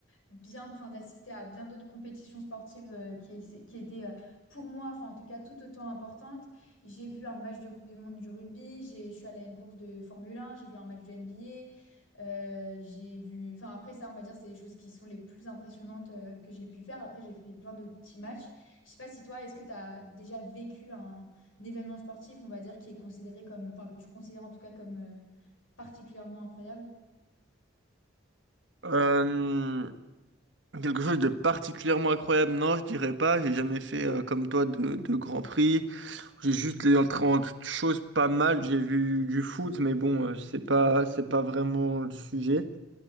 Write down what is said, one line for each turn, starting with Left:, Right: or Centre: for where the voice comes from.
Left: bien, enfin d'assister à bien d'autres compétitions sportives euh, qui, essa- qui étaient euh, pour moi, enfin en tout cas tout autant importantes. J'ai vu un match de Coupe du Monde du rugby, j'ai, je suis allée à une course de Formule 1, j'ai vu un match de NBA, euh, j'ai vu, enfin après ça, on va dire, c'est les choses qui sont les plus impressionnantes euh, que j'ai pu faire. Après, j'ai fait plein de petits matchs. Je sais pas si toi, est-ce que tu as déjà vécu un, un événement sportif, on va dire, qui est considéré comme, enfin que tu considères en tout cas comme euh, particulièrement incroyable?
Right: Euh, Quelque chose de particulièrement incroyable, non, je dirais pas. J'ai jamais fait euh, comme toi de, de Grand Prix. J'ai juste les autres choses pas mal. J'ai vu du foot, mais bon, euh, c'est pas, c'est pas vraiment le sujet.